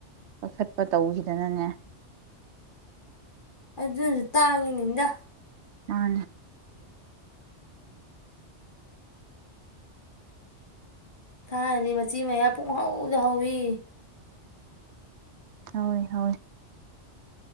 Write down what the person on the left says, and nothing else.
ꯑꯗꯨꯁꯨ ꯇꯥꯡꯉꯤꯅꯤꯗ
ꯊꯥꯏꯅꯗꯤ ꯃꯆꯤ ꯃꯌꯥ ꯄꯨꯡꯍꯥꯎꯗꯍꯧꯋꯤ